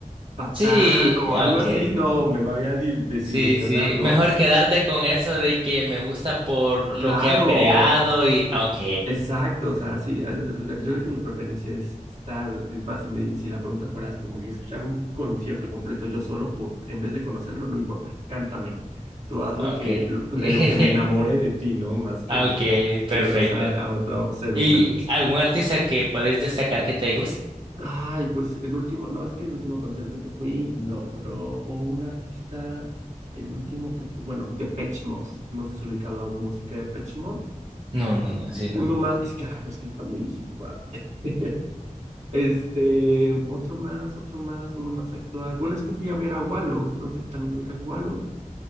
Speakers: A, on the right; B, on the right.
A: patán
B: Sí,
A: o
B: ok.
A: algo así? No, me voy a dil- desilusionar,
B: Sí, sí.
A: ¿no?
B: Mejor quedarte con eso de que me gusta por lo
A: Claro.
B: que ha creado y... Ok,
A: Exacto, o sea, sí, es- es- yo creo que mi preferencia es estar, es más, si, me- si la pregunta fuera así como que escuchar un concierto completo yo solo, po- en vez de conocerlo, no importa, cántame, tú haz lo
B: ok.
A: que, lo- de
B: <laughs>
A: lo que me enamore de ti, ¿no? Más que
B: Ok,
A: de,
B: perfecto.
A: de conocer a otro ser
B: ¿Y
A: humano.
B: algún artista que puedes destacar que te guste?
A: Ay, pues el último, no, es que el último concierto que fui, no, pero, o un artista, el último que fue, bueno, Depeche Mode, no sé si has ubicado a música de Depeche Mode,
B: No, no, no, sí, no.
A: uno más, es que, ay, no, es que está muy viejito para ti. <laughs> Este, otro más, otro más, uno más actual. Bueno, es que fui a ver a Wallows. No sé si también ubicas Wallows.